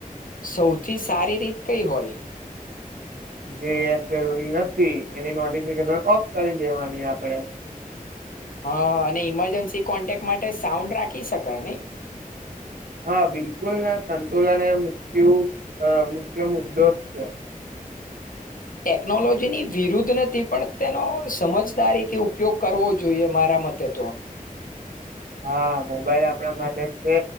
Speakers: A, on the left (about 70°); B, on the right (about 80°).
A: સૌથી સારી રીત કઈ હોય
B: જે યાર જરૂરી નથી એ નોટફિકેશન ઓફ કરી દે આપડે.
A: હા અને ઈમરજન્સી કોન્ટેક માટે સાઉન્ડ રાખી શકાય નહી.
B: હા બિલકુલ સંતુલન એ મુખ્યુ મુખ્ય મુદ્દો જ છે.
A: ટેકનોલોજીની વિરુદ્ધ નથી પણ તેનો સમજદારીથી ઉપયોગ કરવો જોઈએ મારા મતે તો
B: હા મોબાઈલ આપણા માટે છે